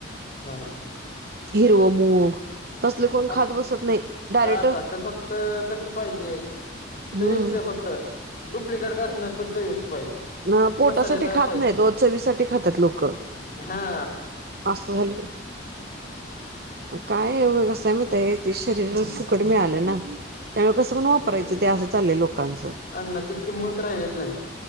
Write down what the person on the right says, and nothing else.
हिरव मूग.
तसले कोण खात बसत नाही डायरेक्ट
हम्म
मग पोटासाठी
खात
नाही तो चवीसाठी खातात लोक.
असं झालंय काय हाय कस हाय म्हयती हाय तें शरीराला फुकट मिळलं ना. त्यामुळे कसं पण वापरायचं
ते असं चाललंय लोकांचं.